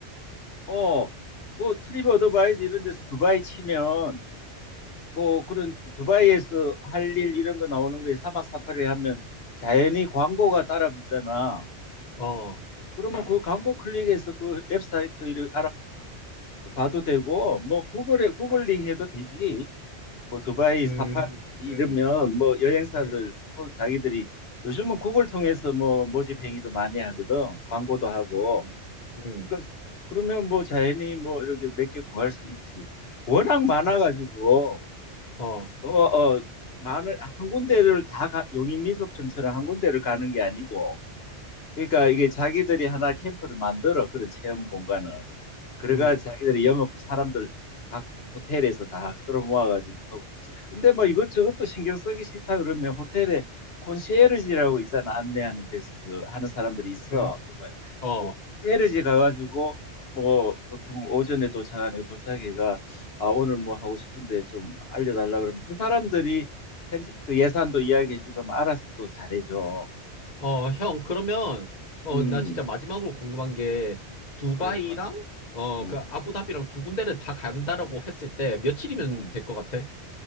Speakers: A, on the left; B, on the left.
A: 어, 뭐 트립 어드바이즈 이런 데서 두바이 치면 뭐 그런 두바이에서 할 일 이런 거 나오는 거에 사막 사파리 하면 자연히 광고가 따라 붙잖아.
B: 어,
A: 그러면 그 광고 클릭해서 그 웹사이트 를 알아봐도 되고 뭐 구글에 구글링 해도 되지 뭐 두바이
B: 음,
A: 사파 이러면
B: 음,
A: 뭐 여행사들
B: 음.
A: 소- 자기들이 요즘은 구글 통해서 뭐 모집 행위도 많이 하거든 광고도 하고
B: 음, 음,
A: 그러니까 그러면 뭐 자연히 뭐 이렇게 몇 개 구할 수 있지 워낙 많아가지고
B: 어, 어,
A: 어어 많은 한 군데를 다 가- 용인민속촌처럼 한 군데를 가는 게 아니고 그러니까 이게 자기들이 하나 캠프를 만들어 그런 체험 공간을 그래가
B: 음,
A: 자기들이 영업 사람들 각 호텔에서 다 끌어모아가지고 하고. 근데 뭐 이것저것도 신경 쓰기 싫다 그러면 호텔에 콘시에르지라고 있잖아 안내하는 데스크 하는 사람들이 있어.
B: 음,
A: 그뭐
B: 어,
A: 콘시에르지 가가지고 뭐 보통 오전에 도착하니까 도착해가 아 오늘 뭐 하고 싶은데 좀 알려달라 그러면 그 사람들이 현지- 그 예산도 이야기해주고 하면 알아서 또 잘해줘.
B: 어, 형, 그러면, 어,
A: 음,
B: 나 진짜 마지막으로 궁금한 게, 두바이랑,
A: 그래, 막.
B: 어,
A: 음,
B: 그, 아부다비랑 두 군데를 다 간다라고 했을 때, 며칠이면
A: 음.
B: 될 것 같아?